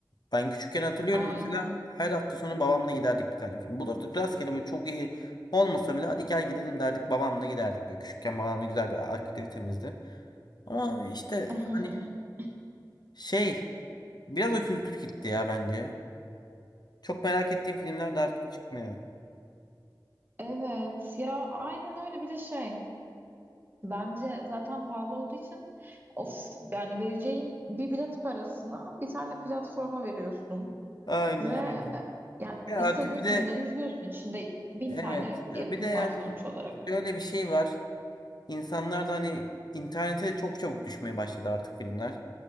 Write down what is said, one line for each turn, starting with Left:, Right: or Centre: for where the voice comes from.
Left: Ben küçükken hatırlıyorum
Right: aynen.
Left: mesela her hafta sonu babamla giderdik bir tane film. Bulurduk rastgele böyle çok iyi olmasa bile hadi gel gidelim derdik babamla giderdik. Böyle küçükken babamla güzel bir aktivitemizdi. Ama işte
Right: <laughs>
Left: hani şey biraz o kültür gitti ya bence. Çok merak ettiğim filmler de artık çıkmıyor.
Right: Evet ya aynen öyle bir de şey. Bence zaten pahalı olduğu için of yani vereceğin bir bilet parasını bir tane platforma veriyorsun.
Left: Aynen
Right: Ve
Left: öyle.
Right: yani
Left: Ya
Right: istediğin
Left: artık bir
Right: filmleri
Left: de
Right: izliyorsun. İçinde bin
Left: evet
Right: tane
Left: ya
Right: yapım
Left: bir de yani
Right: var sonuç olarak.
Left: şöyle bir şey var. İnsanlar da hani internete de çok çabuk düşmeye başladı artık filmler.